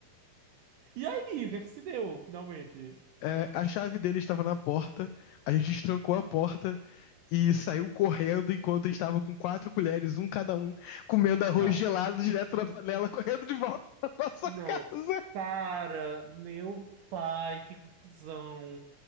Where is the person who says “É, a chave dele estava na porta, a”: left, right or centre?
Left